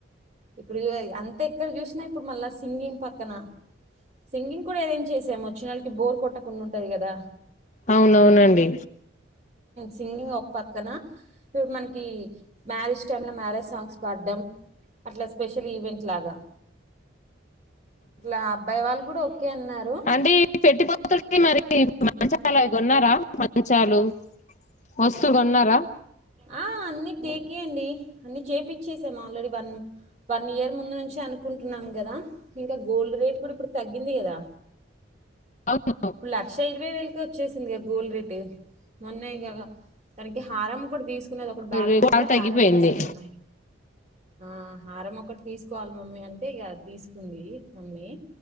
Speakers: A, on the right; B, on the left.
A: ఇప్పుడు చూడై అంత ఎక్కడ చూసినా ఇప్పుడు మళ్ళా సింగింగ్ పక్కన సింగింగ్ కూడా అరేంజ్ చేసాము వచ్చిన వాళ్లకి బోర్ కొట్ట కుండ ఉంటది కదా
B: అవునవునండి
A: సింగింగ్ ఒక పక్కన ఇటు మనకి మ్యారేజ్ టైమ్ లో మ్యారేజ్ సాంగ్స్ పాడ్డం అట్లా స్పెషల్ ఈవెంట్ ఇట్లాగా ఇట్లా అబ్బాయి వాళ్ళు కూడా ఒకే అన్నారు
B: అండి పెట్టిపోతలకి మరి మంచి చాలు అవి గోన్నారా మంచాలు వస్తువు గోన్నారా
A: ఆ అన్ని టేకే అండి అన్ని చేపిచ్చేసాం ఆల్రెడీ వన్ వన్ ఇయర్ ముందు నుంచే అనుకుంటున్నాం గదా ఇంకా గోల్డ్ రేట్ కూడా ఇప్పుడు తగ్గింది గదా
B: అవును
A: లక్ష ఇరవై వేలు కు వచ్చేసింది గా గోల్డ్ రెట్ మొన్నేగద దానికి హారం అప్పుడు తీసు కునేది ఒకటి బ్యాలెన్స్
B: రేట్
A: ఉంటే
B: చాలా
A: హారం
B: తగ్గిపోయింది
A: తీసుకున్న ఆ హారం ఒకటి తీసుకోవాలి మమ్మీ అంటే ఇగ అది తీసుకుంది మమ్మీ